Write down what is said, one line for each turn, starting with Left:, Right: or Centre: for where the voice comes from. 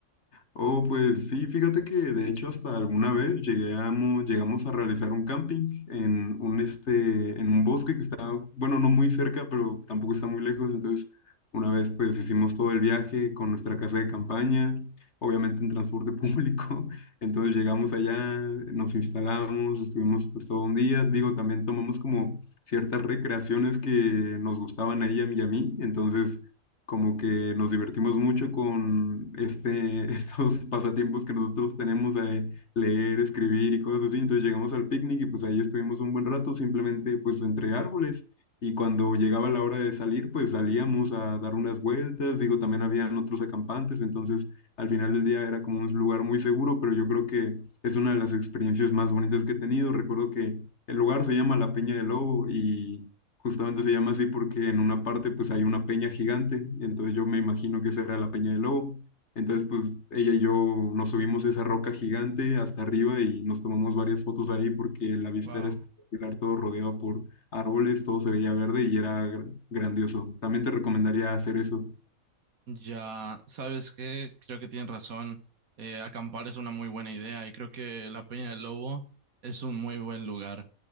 Left: Oh, pues sí, fíjate que de hecho hasta alguna vez llegamos, llegamos a realizar un camping en un, este, en un bosque que está, bueno, no muy cerca, pero tampoco está muy lejos. Entonces, una vez pues hicimos todo el viaje con nuestra casa de campaña, obviamente en transporte público. <laughs> Entonces llegamos allá, nos instalamos, estuvimos pues todo un día. Digo, también tomamos como ciertas recreaciones que nos gustaban a ella y a mí. Entonces como que nos divertimos mucho con este, <laughs> estos pasatiempos que nosotros tenemos de leer, escribir y cosas así. Entonces llegamos al picnic y pues ahí estuvimos un buen rato simplemente pues entre árboles. Y cuando llegaba la hora de salir, pues salíamos a dar unas vueltas. Digo, también habían otros acampantes, entonces al final del día era como un lugar muy seguro, pero yo creo que es una de las experiencias más bonitas que he tenido. Recuerdo que el lugar se llama La Peña del Lobo y... Justamente se llama así porque en una parte pues hay una peña gigante, y entonces yo me imagino que esa era la peña del lobo. Entonces pues ella y yo nos subimos a esa roca gigante hasta arriba y nos tomamos varias fotos ahí porque la vista
Right: Wow.
Left: era espectacular, todo rodeado por árboles, todo se veía verde y era gr- grandioso. También te recomendaría hacer eso.
Right: Ya, ¿sabes qué? Creo que tienen razón. Eh, acampar es una muy buena idea y creo que la Peña del Lobo es un muy buen lugar.